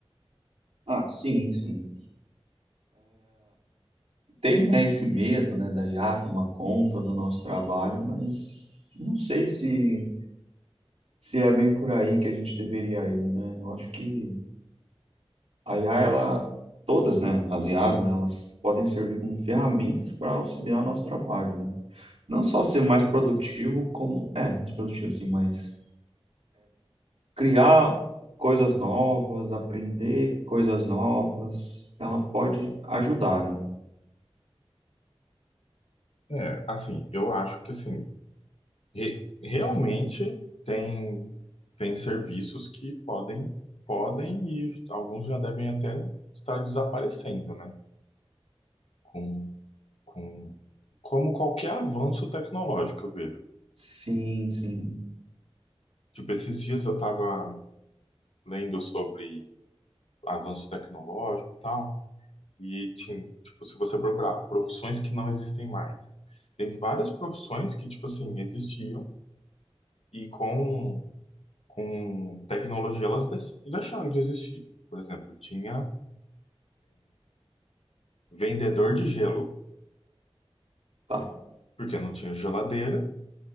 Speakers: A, on the right; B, on the left.
A: Ah, sim, sim. Tem, né, esse medo, né, da IA tomar conta do nosso trabalho, mas não sei se se é bem por aí que a gente deveria ir, né? Eu acho que a IA, ela, todas, né, as IAs, né, elas podem servir como ferramentas para auxiliar o nosso trabalho, né? Não só ser mais produtivo, como, é, mais produtivo, assim, mas criar coisas novas, aprender coisas novas, ela pode ajudar, né?
B: É, assim, eu acho que, assim, Re- realmente tem, tem serviços que podem, podem e alguns já devem até estar desaparecendo, né? Com, com, como qualquer avanço tecnológico, eu vejo.
A: Sim, sim,
B: Tipo, esses dias eu estava lendo sobre avanço tecnológico e tal, e tinha, tipo, se você procurar profissões que não existem mais, tem várias profissões que, tipo assim, existiam e com com tecnologia, elas des- deixaram de existir. Por exemplo, tinha vendedor de gelo,
A: tá,
B: porque não tinha geladeira,